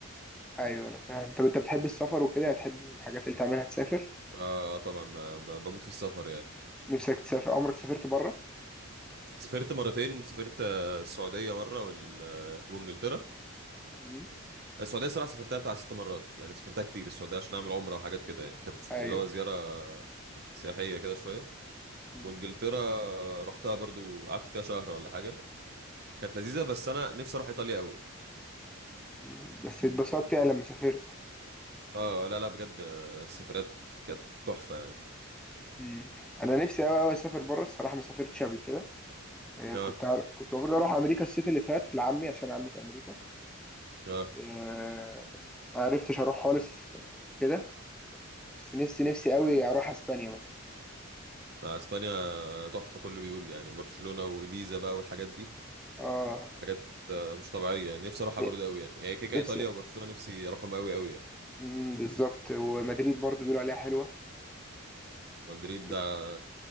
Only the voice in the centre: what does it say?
ايوه انا فاهم طب انت بتحب السفر وكده هتحب من الحاجات اللي تعملها تسافر
نفسك تسافر عمرك سافرت بره
امم
ايوه
مم.
مم. بس اتبسطت يعني لما سافرت
مم. انا نفسي قوي قوي اسافر بره الصراحه ما سافرتش قبل كده آه،
كنت عار- كنت المفروض اروح امريكا الصيف اللي فات لعمي عشان عمي في امريكا بس
آه، ما عرفتش اروح خالص كده بس نفسي نفسي قوي اروح اسبانيا مثلا
اه
ن-
نفسي
امم بالظبط ومدريد برضو بيقولوا عليها حلوه
و-